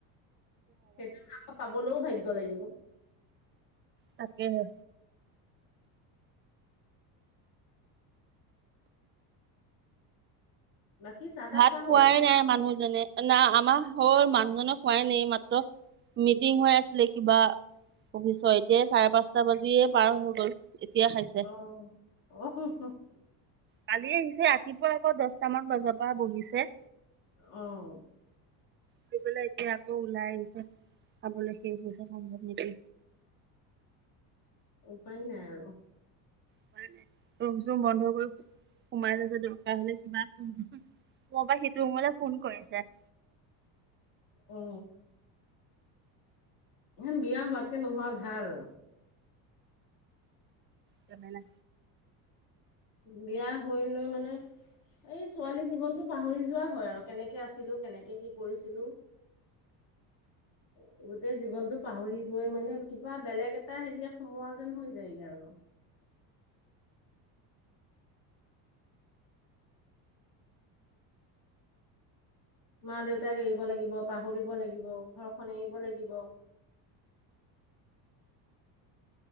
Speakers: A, on the left; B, on the right.
A: সেটো কামৌ পাবলও ভাগ্য লাগিব।
B: তাকেহে।
A: বাকী চাহ তাহ
B: ভাত
A: খোৱা হ'ল
B: খোৱাই নাই মানুহজনে। না আমাৰ হ'ল মানুহজক খোৱাই নাই এই মাত্ৰ মিটিং হৈ আছিলে কিবা অফিছ এতিয়া চাৰে পাঁচটা বাজিয়ে পাৰ হৈ গ'ল এতিয়া খাই
A: অহ, <unintelligible>
B: কালি আহিছে ৰাতিপুৱা আকৌ দচটামান বজাৰ পা বহিছে।
A: অ
B: কি বোলে এতিয়া আকৌ ওলাই আহিছে খাবলৈ শেষ হৈছে সম্ভৱ মিটিং।
A: উপায় নাই আৰু
B: উপায় নাই, ৰোম চোম বন্ধ কৰি সোমাই লৈছে দৰকাৰ হলে কিবা ৰুমপা সিটো ৰুমলে ফোন কৰিছে।
A: অ ইমান বিয়া হোৱাতকে নোহোৱা ভাল
B: ঝেমেলা
A: বিয়া হৈ লৈ মানে এই ছোৱালী জীৱনটো পাহৰি যোৱা হয় আৰু কেনেকে আছিলো কেনেকে কি কৰিছিলো। <unintelligible> গোটেই জীৱনটো পাহৰি গৈ মানে কিবা বেলেগ এটা হেৰীয়াত সোমোৱা যেন হৈ যায়গে আৰু মা দেউতাক এৰিব লাগিব পাহৰিব লাগিব ঘৰখন এৰিব লাগিব